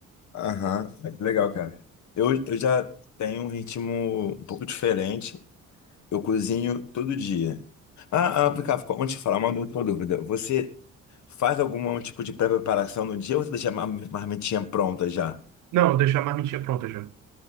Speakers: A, on the left; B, on the right.
A: Aham, é que legal, cara. Eu, eu já tenho um ritmo um pouco diferente. Eu cozinho todo dia. Ah, ah, vem cá, antes de falar, uma última dúvida. Você faz algum tipo de pré-preparação no dia ou você deixa a mar- marmitinha pronta já?
B: Não, deixar a marmitinha pronta já.